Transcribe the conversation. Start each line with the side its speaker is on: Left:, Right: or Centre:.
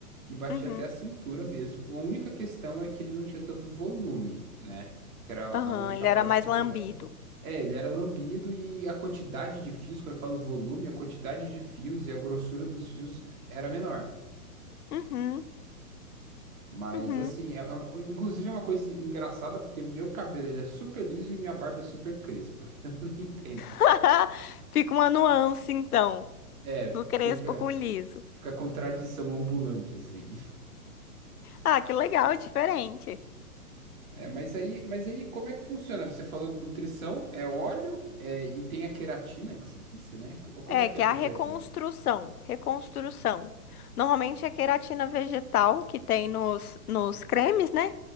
Right: e batia
Left: Uhum.
Right: até a cintura mesmo. A única questão é que ele não tinha tanto volume, né? Que era
Left: Aham,
Right: a única
Left: ele
Right: parte
Left: era mais
Right: que pegava.
Left: lambido.
Right: É, ele era lambido e a quantidade de fios, quando eu falo volume, a quantidade de fios e a grossura dos fios era menor.
Left: Uhum.
Right: Mas
Left: Uhum.
Right: assim, é- é- inclusive é uma coisa engraçada porque meu cabelo ele é super liso e minha barba é super crespa. <laughs> Eu não entendo.
Left: <laughs> Fica uma nuance, então,
Right: É, fica,
Left: do crespo
Right: fica,
Left: com liso.
Right: fica contradição ambulante assim.
Left: Ah, que legal, é diferente.
Right: É, mas aí, mas aí como é que funciona? Você falou de nutrição, é óleo, é, e tem a queratina que você disse, né? Ou como
Left: É,
Right: é que
Left: que
Right: é essa
Left: é a reconstrução,
Right: queratina?
Left: reconstrução. Normalmente é queratina vegetal que tem nos, nos cremes, né?